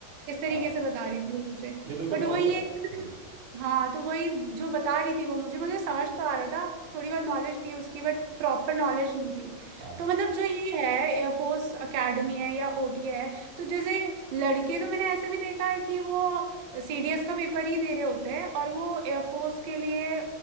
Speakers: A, on the right; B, on the right.
A: इस तरीके
B: हाँ
A: से बता रही थी वो मुझे
B: नहीं बिल्कुल
A: बट
B: बहुत
A: वही
B: बढ़िया
A: है कि
B: हम्म,
A: हाँ तो वही जो बता रही थी वो मुझे मुझे समझ तो आ रहा था थोड़ी बहुत नॉलेज थी उसकी बट प्रॉपर नॉलेज नहीं थी
B: हाँ
A: तो मतलब जो ये है एयरफोर्स एकेडमी है या ओटी है तो जैसे लड़के तो मैंने ऐसे भी देखा है कि वो सीडीएस का पेपर ही दे रहे होते हैं और वो एयरफोर्स के लिए